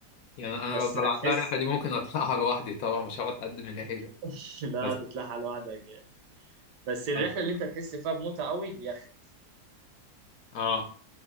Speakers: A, on the left; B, on the right.
A: يعني انا
B: بس
A: لو طلعتها
B: هتحس
A: الرحله دي ممكن اطلعها لوحدي طبعا مش هاخد حد من العيله
B: <laughs> لا
A: بس
B: تطلعها لوحدك يعني بس الرحله
A: اه
B: اللي انت هتحس فيها بمتعه قوي اليخت
A: اه